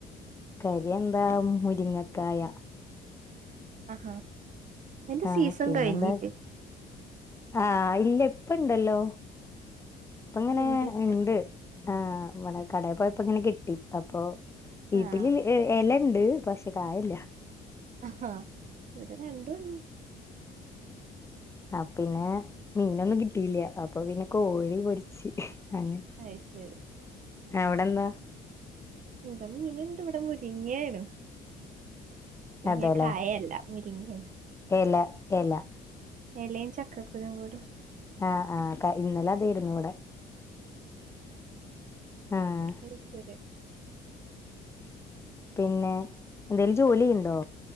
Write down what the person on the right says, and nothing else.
ആഹാ അയ്‌ന്റെ
സീസൺ
കഴിഞ്ഞില്ലേ?
ഇവിടെ ഇല്ല
ആഹ്
ആഹാ ഇവിടെ രണ്ടും
അയ്‌ ശരി.
ഇവിടെ മീനുണ്ട് ഇവിടെ മൊരിങ്ങയാണ്. മുരിങ്ങ
കായല്ല മുരിങ്ങിയാണ്.
എലേം ചക്കക്കുരു കൂടേ.
അത്ശരി